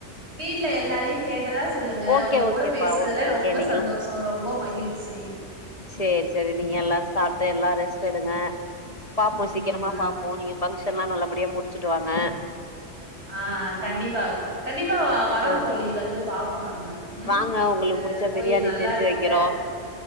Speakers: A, on the right; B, on the left.
A: வீட்ல எல்லாரையு கேட்டதா சொல்லுங்க
B: ஓகே
A: உங்க
B: ஓகேப்பா
A: கூட பேசுனதுல
B: ஓகே ஒகே
A: ரொம்ப
B: நீங்கெல்லா
A: சந்தோஷோ ரொம்ப மகிழ்ச்சி
B: செரி செரி நீங்க எல்லாரு சாப்புட்டு எல்லாரு ரெஸ் ச்சடுங்க பாப்போ
A: ம்
B: சீக்கிரமா பாப்போ நீ ஃபங்க்ஷன்லா நல்லபடியா முடிச்சுட்டுவாங்க ப
A: ஆஹ் கண்டிப்பா கண்டிப்பா வ வரோ
B: ஆ
A: தோழி வந்து பாப்போ நம்ம ஹம்
B: வாங்க உங்களுக்கு
A: அந்த
B: புடிச்ச
A: கோயில்
B: பிரியாணி
A: நல்லா
B: செஞ்சு
A: இருக்கும்ல
B: வைக்கிறோ